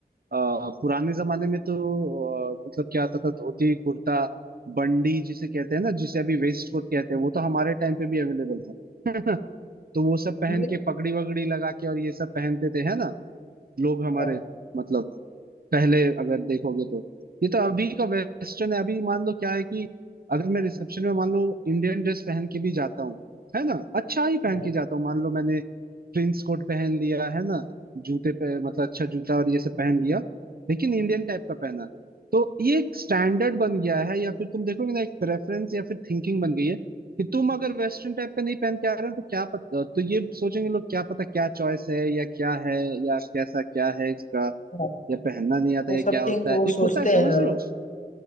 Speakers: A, on the right (about 60°); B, on the left (about 50°).
A: अ, पुराने जमाने में तो अ, मतलब क्या आता था धोती कुर्ता बंडी जिसे कहते हैं ना जिसे अभी वेस्ट कोट कहते हैं वो तो हमारे टाइम पे भी अवेलेबल था <laughs> तो वो सब पहन
B: इंडियन-
A: के पगड़ी वगड़ी लगा के और ये सब पहनते थे है ना लोग हमारे
B: हाँ
A: मतलब पहले अगर देखोगे तो ये तो अभी का वेस्टर्न है अभी मान लो क्या है कि अगर मैं रिसेप्शन में मान लो इंडियन ड्रेस पहन के भी जाता हूँ है ना अच्छा ही पहन
B: हाँ
A: के जाता हूँ मान लो मैंने प्रिंस कोट पहन लिया है ना जूते पे मतलब अच्छा जूता और ये सब पहन लिया लेकिन इंडियन टाइप का पहना तो ये एक स्टैंडर्ड बन गया है या फिर तुम देखोगे ना एक प्रेफरेंस या फिर थिंकिंग बन गई है कि तुम अगर वेस्टर्न टाइप का नहीं पहन के आ रहे हो तो क्या पता तो ये सोचेंगे लोग क्या पता क्या चॉइस है या क्या है या कैसा क्या है इसका
B: हाँ।
A: या पहनना नहीं आता
B: वो
A: या
B: सब
A: क्या होता
B: थिंक वो
A: है एक
B: सोचते
A: होता है
B: हैं
A: समझ रहे हो